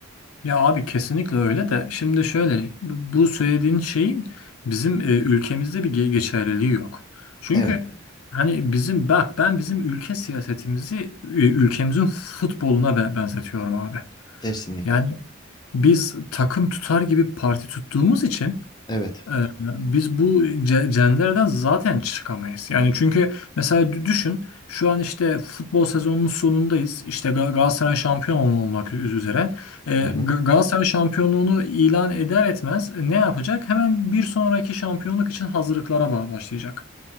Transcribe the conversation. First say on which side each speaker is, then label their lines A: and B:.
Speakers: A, on the left; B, on the left.
A: Ya abi kesinlikle öyle de şimdi şöyle bu bu söylediğin şeyin bizim e, ülkemizde bir ge- geçerliliği yok. Çünkü
B: Evet
A: hani bizim bak ben bizim ülke siyasetimizi e, ülkemizin futboluna be- benzetiyorum abi.
B: kesinlikle
A: Yani Biz takım tutar gibi parti tuttuğumuz için
B: evet.
A: e, biz bu ce- cendereden zaten çıkamayız. Yani çünkü mesela dü- düşün şu an işte futbol sezonunun sonundayız. İşte Ga- Galatasaray şampiyon olmak üz- üzere. Ee, Ga-
B: Hı hı.
A: Galatasaray şampiyonluğunu ilan eder etmez e, ne yapacak? Hemen bir sonraki şampiyonluk için hazırlıklara ba- başlayacak.